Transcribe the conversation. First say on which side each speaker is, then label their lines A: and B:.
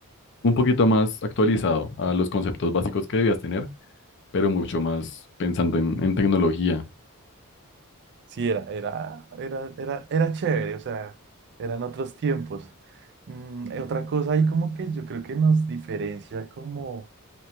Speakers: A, on the left (about 55°); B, on the right (about 50°).
A: un poquito más actualizado a los conceptos básicos que debías tener, pero mucho más pensando en, en tecnología.
B: Sí, era, era, era, era, era chévere, o sea, eran otros tiempos. Mm, eh, otra cosa ahí como que yo creo que nos diferencia como